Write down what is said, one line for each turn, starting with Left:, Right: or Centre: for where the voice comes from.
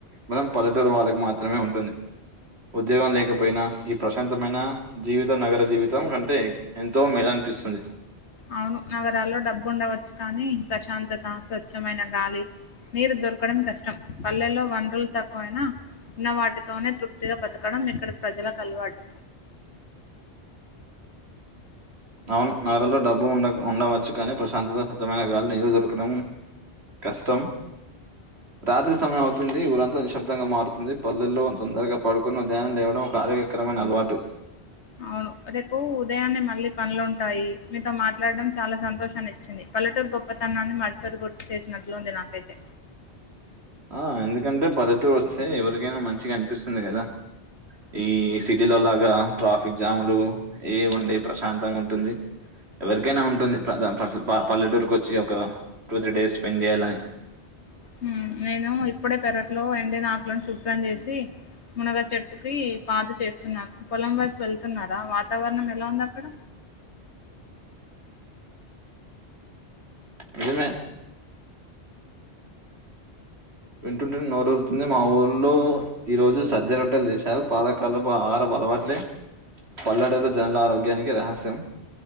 Right: బలం పల్లటూరు వాళ్ళకు మాత్రమే ఉంటుంది. ఉద్యోగం లేకపోయినా ఈ ప్రశాంతమైన జీవిత నగర జీవితం కంటే ఎంతో మేల నిపిస్తుంది.
Left: అవును నగరాల్లో డబ్బు ఉండవచ్చు కానీ ప్రశాంతత స్వచ్ఛమైన గాలి, నీరు దొరకడం కష్ ష్టం పల్లెల్లో వనరులు తక్కువైనా ఉన్న వాటితోనే తృప్తిగా బతకడం ఇక్కడి ప్రజలకు అలవాటు.
Right: అవును నగరాల్లో డబ్బు ఉండకఉండవచ్చు కానీ ప్రశాంతత, స్వచ్ఛమైనగాలి, నీరు దొరకడం కష్టం రాత్రి సమయం అవుతుంది. ఊరంతా నిశ్శబ్దంగా మారుతుంది. పల్లెల్లో తొందరగా పడుకొని ఉదయాన్నే లేవడం ఒక ఆరోగ్య కరమైనా అలవాటు.
Left: అవును రేపు ఉదయాన్నే మళ్ళీ పనులుంటాయి. మీతో మాట్లాడడం చాలా సంతోషాన్ని ఇచ్చింది. పల్లెటూరు గొప్పతనాన్ని మరోసారి గుర్తుచేసినట్లుంది నాకైతే.
Right: ఆ ఎందుకంటే పల్లెటూరు వస్తే ఎవరికైనా మంచిగా అనిపిస్తుంది కదా. ఈ సిటీలో లాగా ట్రాఫిక్ జాములు ఏవి ఉండయి ప్రశాంతంగా ఉంటుంది. ఎవరికైనా ఉంటుంది <unintelligible> పల్లెటూరుకి వచ్చి ఒక టూ త్రీ డేస్ స్పెండ్ చేయాలని.
Left: హ్ నేను ఇప్పుడే పెరట్లో ఎండిన ఆకులను శుభ్రం చేసి మునగ చెట్టుకి పాతు చేస్తున్నాను. పొలం వైపు వెళ్తున్నారా, వాతావరణం ఎలా ఉంది అక్కడ?
Right: నిజమే వింటుంటేనే నోరు ఊరుతుంది. మా ఊర్లో ఈ రోజు సజ్జ రొట్టెలు చేసారు. పాతకాలపు ఆహారపు అలవాట్లే పల్లెటూరు జనాల ఆరోగ్యానికి రహస్యం.